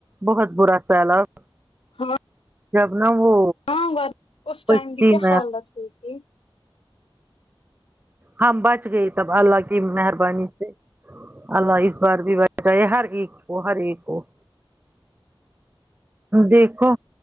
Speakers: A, on the right; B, on the left.
A: بہت برا سیلاب
B: ہاں
A: جب نا وہ
B: ہاں پر اس ٹائم
A: کشتی
B: ہی کیا
A: میں
B: حالت ہوئی تھی
A: ہم بچ گئی تب اللہ کی مہربانی سے اللہ اس بار بھی بچاے ہر ایک کو ہر ایک کو دیکھو